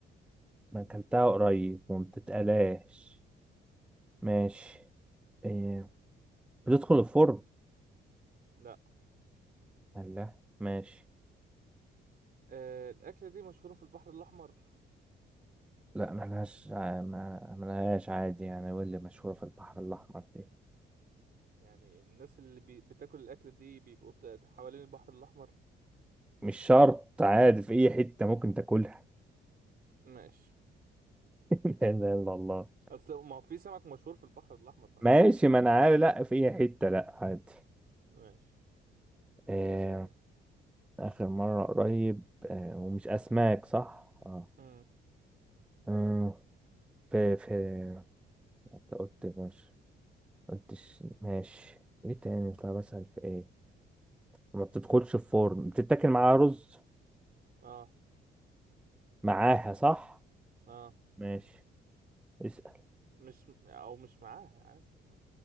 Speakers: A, in the centre; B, on the right (about 50°).
A: أنا أكلتها قريب وما بتتقلاش ماشي آه، بتدخل الفرن
B: لا
A: لا ماشي
B: آه الأكلة دي مشهورة في البحر الأحمر
A: لا ملهاش ع- ما- ملهاش عادي يعني واللي مشهورة في البحر الأحمر دي
B: يعني الناس اللي بي... بتاكل الأكلة دي بيبقوا ت- حوالين البحر الأحمر
A: مش شرط عادي في أي حتة ممكن تاكلها
B: ماشي
A: <laughs> لا اله الا الله
B: أصل ما هو في سمك مشهور في البحر الأحمر فأنا
A: ماشي
B: بسأل في كده
A: ما انا عارف لا في اي حته لا عادي
B: ماشي
A: آه
B: اسألني
A: اخر مره قريب آه ومش اسماك صح اه
B: امم
A: آه، في في انت قلت ماشي قلتش ماشي ايه تاني طب اسال في ايه ما بتدخلش في فرن بتتاكل معاها رز
B: اه
A: معاها صح
B: اه
A: ماشي اسال
B: مش او مش معاها عادي ما.